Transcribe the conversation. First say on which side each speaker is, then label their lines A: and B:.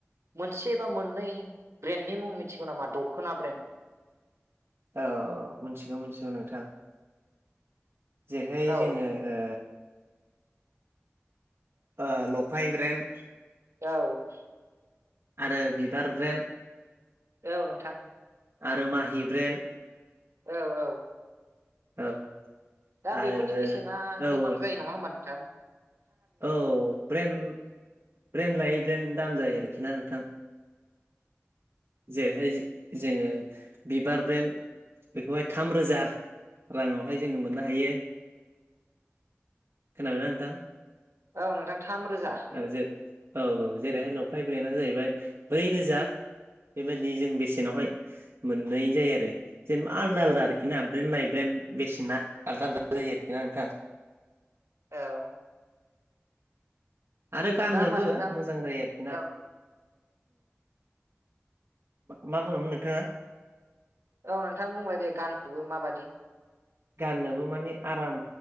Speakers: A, on the right (about 80°); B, on the right (about 65°).
A: मोनसे बा मोननै ब्रेन्डनि मुं मिथिगौ नामा दख'ना ब्रेन्ड
B: औ मिथिगौ मिथिगौ नोंथां जेरैहाय
A: औ
B: जोङो ओ ओ लफाइ ब्रेन
A: औ
B: आरो बिबार ब्रेन्ड
A: औ नोंथां
B: आरो माहि ब्रेन
A: औ औ
B: औ
A: दा
B: आरो
A: बेफोरनि बेसेना
B: औ
A: गोबां
B: औ
A: जायो नङा होमबा नोंथा
B: औ ब्रेन ब्रेन्ड लायै ब्रेन्ड दाम जायो आरोखि ना नोंथां जेरैहाय जोङो बिबार ब्रेन्ड बेखौहाय थाम रोजा राङावहाय जोङो मोननो हायो खोनाबायना नोंथां
A: औ नोंथां थाम रोजा
B: औ जे औ औ जेरै लफाइ ब्रेनडआ जाहैबाय ब्रै रोजा बेबायदि जों बेसेनावहाय मोननाय जायो आरो जेनबा आलदा आलदा
A: औ
B: आरोखिना ब्रेन नाय ब्रेन बेसेना आलदा आलदा जायो आरोखि ना नोंथां
A: औ
B: आरो गाननोबो
A: दा होमबा नोंथां
B: मोजां जायो आरोखि ना
A: औ
B: मा बुङामोन नोंथाङा?
A: औ नोंथां बुंलाय दे गाननोबो माबादि
B: गाननोबो माने आराम